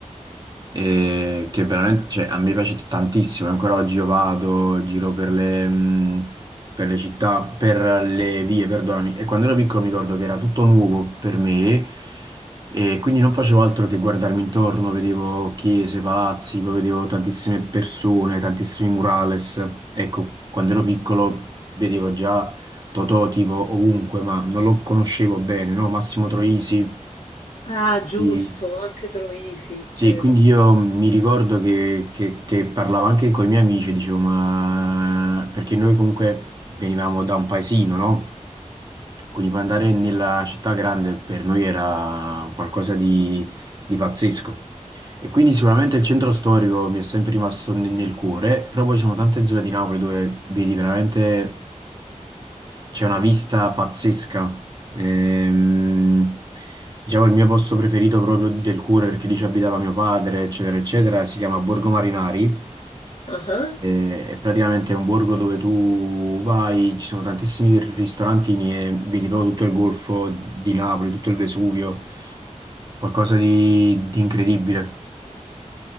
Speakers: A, on the right; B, on the left.
A: e che veramente, cioè, a me piace tantissimo. e Ancora oggi io vado, giro per le, mh, per le città, per le vie, perdonami. E quando ero piccolo mi ricordo che era tutto nuovo per me e quindi non facevo altro che guardarmi intorno, vedevo chiese, palazzi, poi vedevo tantissime persone, tantissimi murales. Ecco, quando ero piccolo vedevo già Totò tipo ovunque, ma non lo conoscevo bene, no? Massimo Troisi.
B: Ah, giusto,
A: Quindi
B: anche Troisi, vero.
A: sì, quindi io mi ricordo che, che- che parlavo anche con i miei amici, e dicevo, ma perché noi comunque venivamo da un paesino, no? Quindi poi andare nella città grande per noi era qualcosa di, di pazzesco. E quindi sicuramente il centro storico mi è sempre rimasto ne- nel cuore, però poi ci sono tante zone di Napoli dove vedi veramente c'è una vista pazzesca. Ehm, diciamo il mio posto preferito proprio del cuore perché lì ci abitava mio padre, eccetera, eccetera. Si chiama Borgo Marinari.
B: Ah.
A: E, e praticamente è un borgo dove tu vai, ci sono tantissimi ristorantini e vedi proprio tutto il golfo di Napoli, tutto il Vesuvio, qualcosa di, di incredibile.